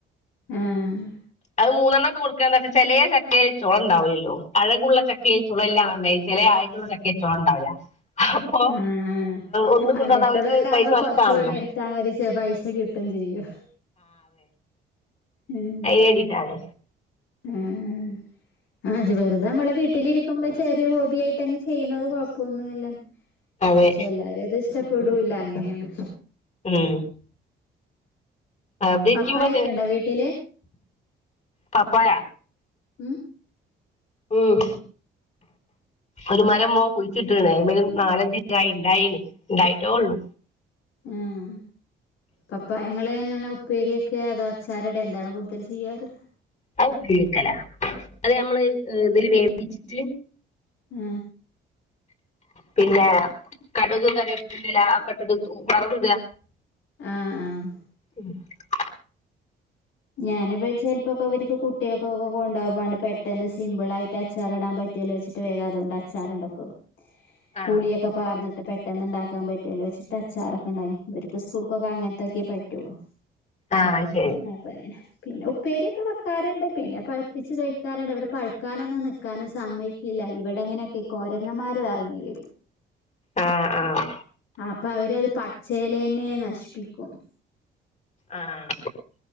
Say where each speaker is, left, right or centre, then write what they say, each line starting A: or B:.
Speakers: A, on the left; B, on the left.
A: ആഹ്
B: അത് മൂന്നണ്ണൊക്കെ കൊടുക്കാന്ന് വെച്ചാ ചെലേ ചക്കേല് പൊള ഉണ്ടാവൂല്ലല്ലോ അഴകുള്ള ചക്കയിൽ ചുളയില്ലാന്ന് പറഞ്ഞ മാതിരി ചില ആഴകുള്ള ചക്കയിൽ ചുള ഉണ്ടാവില്ല അപ്പൊ
A: ആഹ്
B: ഒന്നു കൊണ്ട്
A: അങ്ങനത്തതൊക്കെ
B: വന്നാ ഓലിക്ക് പൈസ
A: ആകുമ്പോ
B: നഷ്ടാവു
A: കൊറച്ച് പണിയെടുത്താൽ
B: അല്ലോ
A: <unintelligible> പൈസ കിട്ടും ചെയ്യും ഉം
B: അയ്ന് വേണ്ടിട്ടാണ്
A: ആഹ് ആഹ് ജ് വെറുതെ നമ്മള് വീട്ടിലിരിക്കുമ്പോ ചെറിയൊരു ഹോബി ആയിട്ട് അങ്ങ് ചെയ്യണത് കൊഴപ്പമൊന്നുമില്ല
B: അതെ
A: പക്ഷെ എല്ലാരും അത് ഇഷ്ടപ്പെടൂല്ല അങ്ങനെയാണ്
B: ഉം അതിരിക്കുമ്പോ
A: പപ്പായൊക്കെ ഉണ്ടോ വീട്ടില്
B: പപ്പായ
A: ഉം
B: ഉം ഒരു മരം മോൻ കുഴിച്ചീട്ട്ണ് അയിമില് നാലഞ്ച് കായ് ഉണ്ടായിന് ഉണ്ടായിട്ടേള്ളു
A: ഏഹ് പപ്പായ ഇങ്ങള് എങ്ങനെ ഉപ്പേരി വെക്കെ അതോ അച്ചാറ്ടെ എന്താണ് കൂടുതൽ ചെയ്യാറ്
B: അത് ഉപ്പേരി വെക്കലാ അത് ഞമ്മള് ഇതില് വേവിച്ചിട്ട്
A: ആ
B: പിന്നെ കടുക് കറിവേപ്പിൻ്റെല ആ ഒക്കെ ഇട്ടിട്ട് വറവിടാ
A: ആഹ് ആഹ്
B: ഉം <unintelligible>
A: ഞാന് ഇ ചിലപ്പൊക്കെ അവര്ക്ക് കുട്ടിയാകൊക്കെ കൊണ്ടോവാൻ വാണ്ടി പെ ട്ടന്ന് സിമ്പിൾ ആയിട്ട് അച്ചാർടാ പറ്റോലോച്ച്ട്ട് വേഗം അതോണ്ട് അച്ചാറ് ണ്ടാക്കും
B: ആഹ്
A: പുളിയൊക്കെ പാർന്ന് പെട്ടെന്ന് ണ്ടാക്കാൻ പറ്റോലോച്ച്ട്ട് അച്ചാറൊകെ ഉണ്ടായ്ന്ന് ഇവര്ക്ക് സ്കൂൾക്കൊക്കെ അങ്ങൻത്തൊക്കെ പറ്റോള്ളൂ
B: ആഹ് ശരി
A: <unintelligible> പിന്നെ ഉപ്പേരിയൊക്കെ വെക്കാറ്ണ്ട് പിന്നെ പഴുപ്പിച്ച് കഴിക്കാറ്ണ്ട് ഇവിടെ പഴുക്കാനൊ ന്ന് നിക്കാൻ സമ്മയ്ക്കില്ല ഇവിടെ അങ്ങനൊക്കെ കൊരങ്ങമാരും ഇറങ്ങി വരും
B: ആഹ് ആഹ്
A: അപ്പൊ അവരത് പച്ചേലേന്നെ നശിപ്പിക്കും
B: ആഹ്